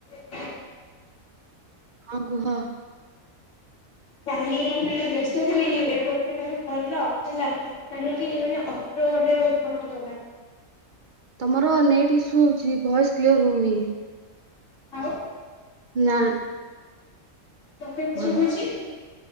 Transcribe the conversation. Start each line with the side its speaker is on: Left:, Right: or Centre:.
Left: ହଁ।
Right: ହଁ କୁହ।
Left: କାଲି ଟିକେ ବ୍ୟସ୍ତ ଥିଲି ରିପୋର୍ଟ ବି କାଲି କରିଲ ହେଲା। କାହିଁକି ମାନେ ଅସ୍ତ୍ରରେ କଟିବ ନା।
Right: ତମର ନେଟ୍ ଇସ୍ୟୁ ହଉଛି, ଭଏସ୍ କ୍ଲିଅର ହଉନି।
Left: ଆଉ
Right: ନା।
Left: ପର୍ଫେକ୍ଟ
Right: ଭଲ
Left: ଶୁଭୁଚି।